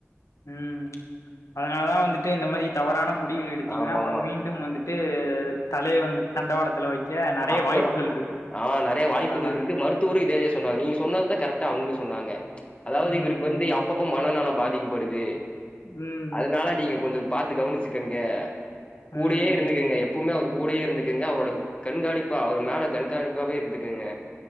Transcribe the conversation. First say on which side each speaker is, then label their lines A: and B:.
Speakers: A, on the left; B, on the left.
A: ம் அதனாலதா வந்துட்டு இந்த மாரி தவறான முடிவுகள் எடுத்தீங்கன்னா
B: ஆமாமா.
A: அப்பறம் ம் டும் வந்துட்டு தலைய வந்துட்டு தண்டவாளத்துல வைக்க நெறைய
B: அப்றோ
A: வாய்ப்புகள் இருக்கு
B: ஆ நெறைய வாய்ப்புகள்
A: அதனால
B: இருக்கு மருத் துரு இதேத சொன்னாங்க நீங்க சொன்னததா கரெக்டா அவங்களு சொன்னாங்க அதாவது
A: ம்
B: இவருக்கு வந்து
A: ம்
B: அ அப்பப்ப மனம் நல பாதிக்கப்படுது
A: ம்
B: அதனால நீங்க கொஞ்சோ பாத்து கவனுச்சுக்கங்க கூடயே
A: ம்
B: இருந்துக்கங்க எப்பவுமே அவரு கூடயே இருந்துக்கங்க அவரோட கண்காணிப்பா அவர் மேல கண்காணிப்பாவே இருந்துக்குங்க